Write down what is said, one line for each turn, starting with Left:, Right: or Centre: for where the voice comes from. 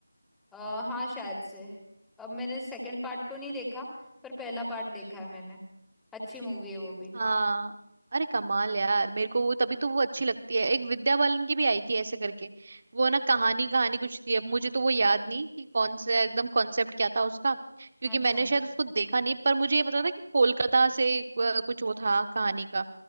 Centre: आ, हाँ शायद से अब मैंने सेकंड पार्ट तो नहीं देखा पर पहला पार्ट देखा
Right: हम्म
Centre: है मैंने अच्छी मूवी है वो भी
Right: हाँ अरे कमाल यार मेरे को वो तभी तो वो अच्छी लगती है एक विद्या बालन की भी आई थी ऐसे करके वो ना कहानी कहानी कुछ थी अब मुझे तो वो याद नहीं कि कौन सा एकदम कॉन्सेप्ट क्या था उसका क्योंकि
Centre: अच्छा
Right: मैंने शायद उसको देखा नहीं पर मुझे ये पता था कि कोलकाता से अ, कुछ वो था कहानी का